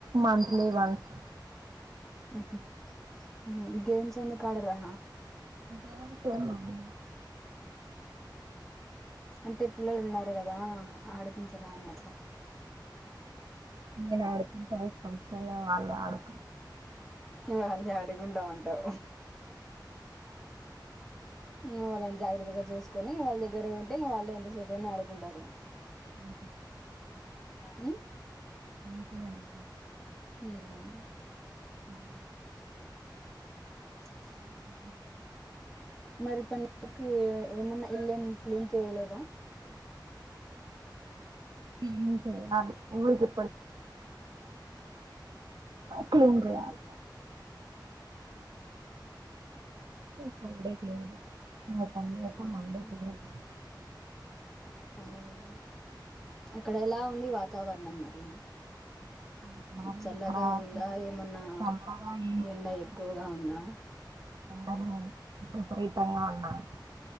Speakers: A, on the right; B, in the centre.
A: మంత్లీ వన్ <inaudible>
B: మ్మ్ హు మ్ హు గేమ్స్ ఎందుకాడరా
A: <inaudible>
B: అంటే పిల్లలు ఉన్నారు కదా ఆడిపించరా అని అట్లా
A: నేను ఆడిపించాల్సిన అవసరం లేదు వాళ్ళే అడ్
B: వాళ్ళే అడ్ డుకుంమంటావు హు వాళ్ళని జాగ్రత్తగ చూసుకొని వాళ్ళ దగ్గర ఉంటే ఇగ వాల్లే ఎంతసేపైనా ఆడుకుంటారు
A: <inaudible>
B: మ్మ్
A: అంతే అండి
B: మ్మ్
A: మ్మ్
B: <unintelligible>
A: <unintelligible>
B: మరి పనికి ఏమన్న ఎల్లేముందు క్లీన్ చేయలేద
A: హ్మ్ హు <inaudible> ఆ తర్వాత క్లీన్ జేయాలి సండే చెయ్యల ఆ టైం లోపు
B: అవును
A: మండే తినేస్త
B: అవునూ అక్కడెలా ఉంది వాతావరణం నం మరి
A: మ్మ్
B: చల్లగా
A: బాగుంది
B: ఉందా ఏమన్నా
A: <unintelligible> చల్లగా ఏం
B: ఎండ
A: లేదు
B: ఎక్కువగా ఉందా
A: ఎండగా ఉంది విపరీతంగా ఉన్నాద్